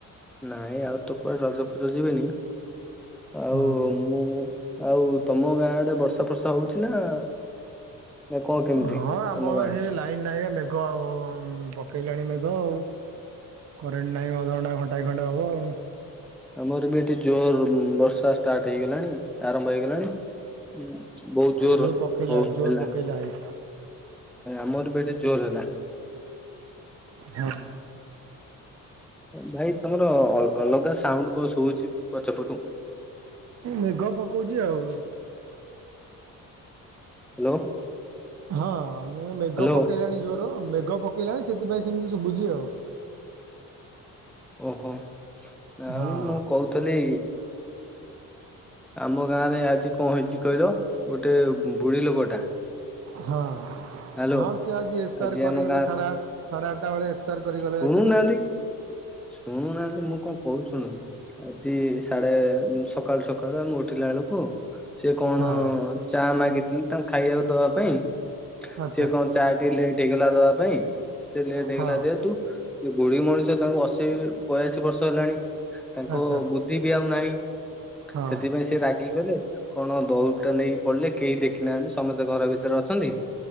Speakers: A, in the centre; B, on the right.
A: ନାଇଁ ଆଉ ତୁ କୁଆଡେ ରଜପଜ ଯିବିନି ଆଉ
B: ହଁ
A: ମୁଁ ଆଉ ତମ ଗାଁ ଆଡେ ବର୍ଷା ଫର୍ଷା ହୋଉଛି ନା ନା କଣ କେମିତି
B: ହଁ ଆମର
A: ତମ ଗାଁ
B: ହେ ଲାଇନ୍ ନାଇଁ ଆଉ ମେଘ ପକେଇ ପକେଇଲାଣି ମେଘ ଆଉ କରେଣ୍ଟ ନହିଁ ଅଧଘଣ୍ଟା ଘଣ୍ଟାଏ ଖଣ୍ଡେ ହେବ ଆଉ।
A: ଆମର ବି ଏଠି ଜୋର ବର୍ଷା ଷ୍ଟାର୍ଟ ହେଇଗଲାଣି ଆରମ୍ଭ ହେଇଗଲାଣି। ହଁ ବହୁତ ଜୋର
B: ହେଇ ପକେଇଲା
A: ହଉ ହେଲା।
B: ଜୋର ପକେଇଲା ହେଇ
A: ଆମର ବି ଏଠି ଜୋର ହେଲା।
B: ହଁ।
A: ଭାଇ ତମର ଅଲଗା ସାଉଣ୍ଡ କଣ ଶୋଭୁଛି ପଛପଟୁ?
B: ମେଘ ପକଉଛି ଆଉ।
A: ହ୍ୟାଲୋ।
B: ହଁ ମୁଁ ଏ ମେଘ
A: ହ୍ୟାଲୋ।
B: ପକେଇଲିଣି ଜୋର ମେଘ ମେଘ ପକେଇଲାଣି ସେଥିପାଇଁ ସେମିତି ଶୁଭୁଛି ଆଉ।
A: ଓହୋ ନା
B: ହଁ
A: ମୁ ମୁଁ କହୁଥିଲି? ଆମ ଗାଁରେ ଆଜି କଣ ହେଇଛି କହିଲ ଗୋଟେ ବୁଢୀ ଲୋକଟା।
B: ହଁ
A: ହ୍ୟାଲୋ
B: ହଁ ସେ ଆଜି ଏସ୍ପାର୍ କରିଗଲେ
A: ଆମ ଗାଁ
B: ସାଢେ ସାଢେ ଆଠଟା ବେଳେ ଏସ୍ପାର କରିଗଲେ
A: ଶୁଣୁନାହାନ୍ତି
B: ଆଜି ବା?
A: ଶୁଣୁନାହାନ୍ତି ମୁଁ କଣ କହୁଚୁ ଶୁଣୁ ଆଜି ସାଡେ ସକାଳୁ ସକାଳୁ ଆମେ ଉଠିଲା ବେଳକୁ ସେ କଣ
B: ହଁ
A: ଚା ମାଗିଥିଲେ ତାଙ୍କୁ ଖାଇବାକୁ ଦବା ପାଇଁ
B: ଆଚ୍ଛା
A: ସେ କଣ ଚା ଟିକେ ଲେଟ ହେଇଗଲା ଦବା ପାଇଁ ସେ ଲେଟ ହେଇଗଲା
B: ହଁ
A: ଯେହେତୁ ସେ ବୁଢୀ ମଣିଷ ତାଙ୍କୁ ଅଶୀ ବୟାଶୀ ବର୍ଷ ହେଲାଣି। ତାଙ୍କ
B: ଆଚ୍ଛା
A: ବୁଦ୍ଧି ବି ଆଉ ନାହିଁ
B: ହଁ
A: ସେଥିପାଇଁ ସେ ରାଗି ଗଲେ। କଣ ଦଉଡ଼ି ଟା ନେଇକି ପଡିଲେ କେହି ଦେଖି ନାହାନ୍ତି ସମସ୍ତେ ଘର ଭିତରେ ଅଛନ୍ତି।